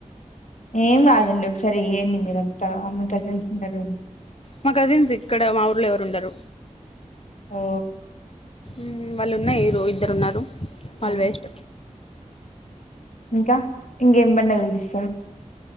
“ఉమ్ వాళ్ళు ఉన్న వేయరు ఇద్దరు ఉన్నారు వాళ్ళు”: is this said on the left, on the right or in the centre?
Left